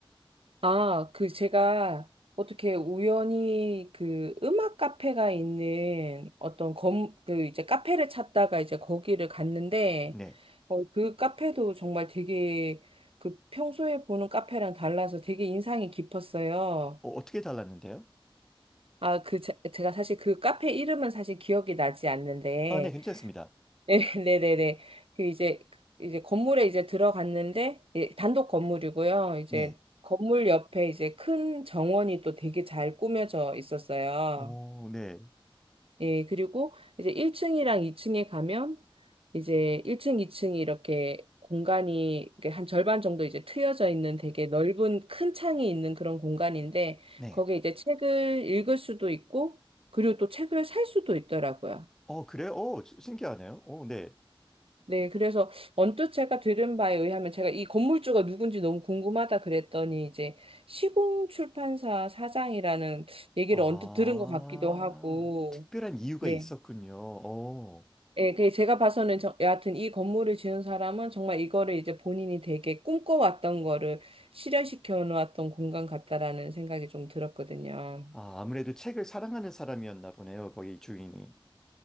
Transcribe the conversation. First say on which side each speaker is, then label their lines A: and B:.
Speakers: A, on the right; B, in the centre.
A: 아, 그 제가 어떻게 우연히 그 음악 카페가 있는 어떤 검, 그 이제 카페를 찾다가 이제 거기를 갔는데,
B: 네.
A: 어, 그 카페도 정말 되게 그 평소에 보는 카페랑 달라서 되게 인상이 깊었어요.
B: 어, 어떻게 달랐는데요?
A: 아, 그, 제, 제가 사실 그 카페 이름은 사실 기억이 나지 않는데,
B: 아, 네, 괜찮습니다.
A: 네, <laughs> 네네네. 그 이제 이제 건물에 이제 들어갔는데 예, 단독 건물이고요. 이제
B: 네.
A: 건물 옆에 이제 큰 정원이 또 되게 잘 꾸며져 있었어요.
B: 어, 네.
A: 예, 그리고 이제 1층이랑 2층에 가면 이제 1층, 2층이 이렇게 공간이 이렇게 한 절반 정도 이제 트여져 있는 되게 넓은 큰 창이 있는 그런 공간인데
B: 네.
A: 거기에 이제 책을 읽을 수도 있고 그리고 또 책을 살 수도 있더라고요.
B: 어, 그래? 어, 시- 신기하네요. 어, 네.
A: 네, 그래서 언뜻 제가 들은 바에 의하면 제가 이 건물주가 누군지 너무 궁금하다 그랬더니 이제 시공 출판사 사장이라는 얘기를
B: 아,
A: 언뜻 들은 것 같기도 하고,
B: 특별한 이유가
A: 네.
B: 있었군요. 어,
A: 예, 그 제가 봐서는 저, 여하튼 이 건물을 지은 사람은 정말 이거를 이제 본인이 되게 꿈꿔왔던 거를 실현시켜 놓았던 공간 같다라는 생각이 좀 들었거든요.
B: 아, 아무래도 책을 사랑하는 사람이었나 보네요. 거기 주인이.